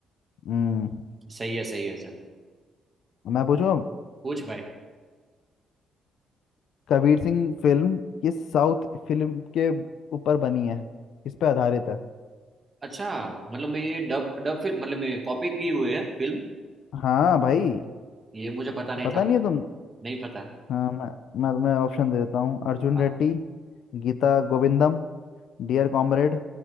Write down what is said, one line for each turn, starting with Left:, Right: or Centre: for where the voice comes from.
Left: हम्म
Right: सही है सही है चल
Left: मैं पूछूं अब,
Right: पूछ भाई
Left: कबीर सिंह फिल्म किस साउथ फिल्म के ऊपर बनी है किस पे आधारित है
Right: अच्छा मतलब मैं ये डब डब फिल्म मतलब मैं कॉपी की हुई है फिल्म
Left: हाँ भाई
Right: ये मुझे पता नहीं
Left: पता
Right: था
Left: नहीं है तुम
Right: नहीं पता
Left: हाँ मैं मैं तुम्हें ऑप्शन दे देता हूँ अर्जुन
Right: हाँ
Left: रेड्डी गीता गोविंदम डियर कॉमरेड